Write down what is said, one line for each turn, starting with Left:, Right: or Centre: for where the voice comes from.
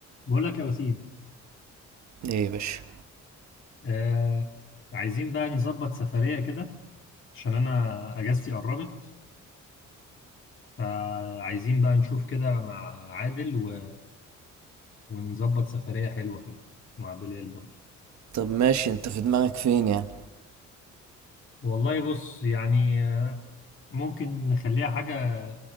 Left: بقول لك يا وسيم
Right: ايه يا باشا
Left: آه عايزين بقى نظبط سفرية كده عشان أنا أجازتي قربت فعايزين بقى نشوف كده مع عادل و... ونظبط سفرية حلوة كده مع بلال برضه
Right: طب ماشي انت في دماغك فين يعني
Left: والله بص يعني آه، ممكن نخليها حاجة